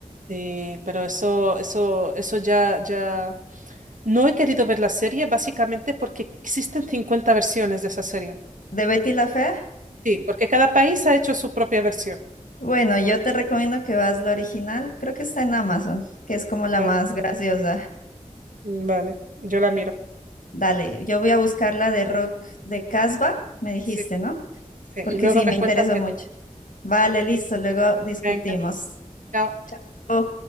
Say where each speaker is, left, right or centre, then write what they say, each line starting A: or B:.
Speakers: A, on the right (about 75°); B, on the left (about 80°).
A: Sí, pero eso, eso, eso ya, ya... No he querido ver la serie básicamente porque existen 50 versiones de esa serie.
B: ¿De Betty la Fea?
A: Sí, porque cada país ha hecho su propia versión.
B: Bueno, yo te recomiendo que vas la original, creo que está en
A: Ujú.
B: Amazon, que es como la
A: Vale,
B: más graciosa.
A: vale, yo la miro.
B: Dale, yo voy a buscar la de rock de Casbah, me dijiste,
A: Sí,
B: ¿no?
A: sí.
B: Porque
A: Y luego
B: sí, me
A: me
B: interesa
A: cuentas que...
B: mucho. Vale, listo, luego discutimos.
A: Venga, chao.
B: Chao.